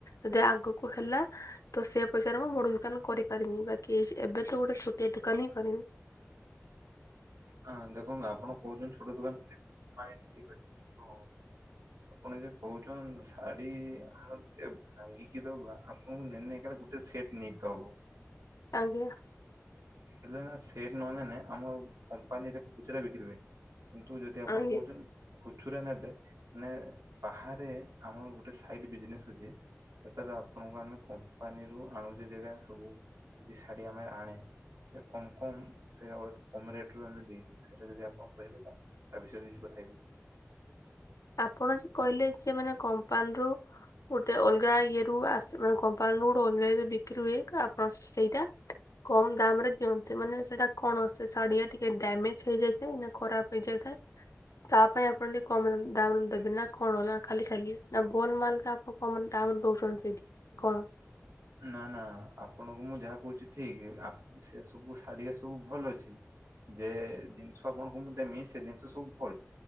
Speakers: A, on the left; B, on the right.
A: ଯଦି ଆଗକୁ ହେଲା, ତ ସେ ପଇସାରେ ମୁଁ ବଡ ଦୋକାନ କରିବି। ପାରିମି, ବାକି ଏବେ ତ ଗୋଟେ ଛୋଟିଆ ଦୋକାନ ହିଁ କରିବି।
B: ହଁ, ଦେଖନ୍ତୁ ଆପଣ କହୁଛନ୍ତି ଛୋଟ ଦୋକାନ <unintelligible> ଠିକ ଅଛି କିନ୍ତୁ ଆପଣ ଯ କହୁଛନ୍ତି, ଶାଢୀ ଆମର ଯେ ଭାଙ୍ଗିକି ଦେବା, ଆପଣଙ୍କୁ ନେଇ ନେଇକା ଗୋଟେ ସେଟ୍ ନେଇତେ ହବ।
A: ଆଜ୍ଞା।
B: <unintelligible> ସେଟ ନନେଲେ ଆମ କମ୍ପାନୀରେ ଖୁଚୁରା ବିକିରି ହୁଏନି। କିନ୍ତୁ, ଯଦି ଆପଣ
A: ଆଜ୍ଞା
B: କହୁଛନ୍ତି ଖୁଚୁ ଖୁଚୁରା ନେବେ ମେ ବାହାରେ ଆମର ଗୋଟେ ସାଇଟ ବିଜନେସ ଅଛି। ସେଠାରୁ ଆପଣଙ୍କୁ ଆମେ କମ୍ପାନୀରୁୁ ଆଣୁଛେ, ଯେଗା ସବୁ କିଛି ଶାଢୀ ଆମେ ଆଣେ। ସେ କମ କମ ସେୟା ବହୁତ୍ କମ ରେଟରୁ ଆମେ ଦେଇ ଦଉଛୁ। ସେଇଟା ଯଦି ଆପଣ କହିବେ ତାହେଲେ ତା ବିଷୟରେ କିଛି କଥା ହେବି।
A: ଆପଣ ଯେ କହିଲେ ଯେ ମାନେ କମ୍ପାନୀରୁୁ ଗୋଟେ ଅଲଗା ଇଏରୁ ଆସ ମାନେ କମ୍ପାନୀରୁୁ ଗୋଟେ ଅଲଗା ଇରେ ବିକ୍ରି ହୁଏ ଆପଣ ସେଇଟା କମ ଦାମରେ ଦିଅନ୍ତେ ମାନେ ସେଇଟା କଣେ ଶାଢୀଆ ଟିକେ ଡ୍ୟାମେଜ ହେଇଯାଇ ଥାଏ ନା ଖରାପ ହେଇଯାଇ ତା ପାଇଁ ଆପଣ କମ <unintelligible> ତାନ ଦେବି ନା କଣ ନା ଖାଲି ଖାଲି ନା ଭୋଲ ମାଲ ଆପଣ କ ମ ତା ଦହୁଛନ୍ତି ସେଇଠି କଣ?
B: ନା ନା ଆପଣଙ୍କୁ ମୁଁ ଯାହା କହୁଛି ଠିକ ଆପଣ ସେ ସବୁ ଶାଢୀଆ ସବୁ ଭଲ ଅଛି। ଯେ ଜିନିଷ ଆପଣଙ୍କୁ ମୁଁ ଦେମି ସେ ଜିନିଷ ସବୁ ଭଲ